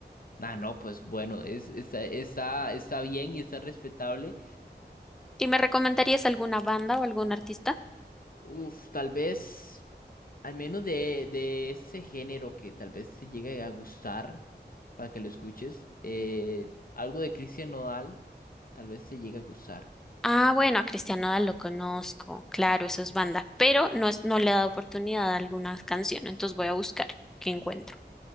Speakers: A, on the left; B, in the centre.
A: Ah, no, pues bueno, es, está, está, está bien y está respetable.
B: ¿Y me recomendarías alguna banda o algún artista?
A: Uf, tal vez, al menos de, de ese género que tal vez te llegue a gustar, para que lo escuches, eh, algo de Christian Nodal, tal vez te llegue a gustar.
B: Ah, bueno, a Cristian Nodal lo conozco, claro, eso es banda, pero no, es, no le he dado oportunidad a alguna canción, entonces voy a buscar qué encuentro.